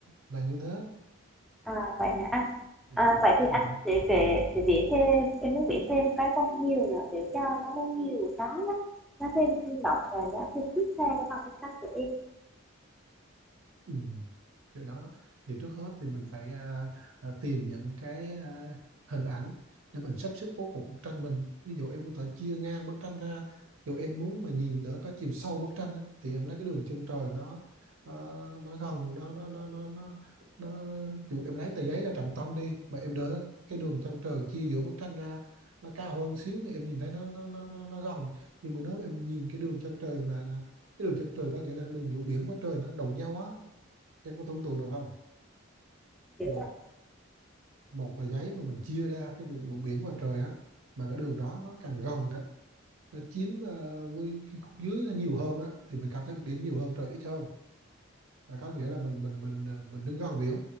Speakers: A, on the right (about 80°); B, in the centre.
A: là như thế
B: À vậy hả anh?
A: ừ.
B: À, vậy thì anh
A: Ừ.
B: sẽ vẽ sẽ vẽ thêm em muốn vẽ thêm cái con hươu nữa để cho nó có nhiều cái á, nó thêm sinh động và nó thêm thiết tha với phần bức tranh của em
A: Ừ. Cái đó thì trước hết thì mình phải à, à, tìm những cái à, hình ảnh để mình sắp xếp bố cục bức tranh mình ví dụ em có thể chia ngang bức tranh ra ví dụ em muốn mà nhìn đỡ có chiều sâu bức tranh á, thì em lấy cái đường chân trời nó nó nó gần nó nó nó nó nó, nó dù em lấy tờ giấy ra trọng tâm đi mà em đỡ cái đường chân trời chia giữa bức tranh ra nó cao hơn xíu thì em nhìn thấy nó nó nó nó, nó gần nhưng mà nếu em nhìn cái đường chân trời mà là- cái đường chân trời có nghĩa là cái đường giữa biển với trời nó đồng nhau á Em có tưởng tượng được không?
B: kiểu
A: Một
B: là
A: một tờ giấy mà mình chia ra cái đường, đường biển và trời á mà cái đường đó nó càng gần á nó chiếm ờ, với cái khúc dưới nó nhiều hơn á thì mình cảm thấy biển nhiều hơn trời ít hơn là có nghĩa là mình mình mình ờ, mình đứng gần biển